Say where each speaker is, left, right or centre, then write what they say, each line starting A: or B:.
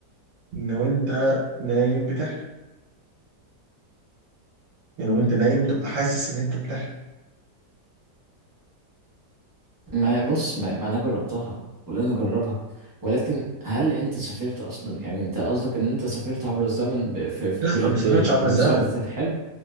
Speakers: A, on the right (about 80°); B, on the right (about 30°).
A: ان وانت نايم بتحلم يعني وانت نايم تبقى حاسس ان انت بتحلم
B: ما بص ما, ما انا جربتها كلنا جربها ولكن هل انت سافرت اصلا يعني انت قصدك ان انت سافرت عبر الزمن ب... في... في-
A: لا
B: بال...
A: ما
B: ب...
A: سافرتش عبر
B: بمساعدة
A: الزمن
B: الحلم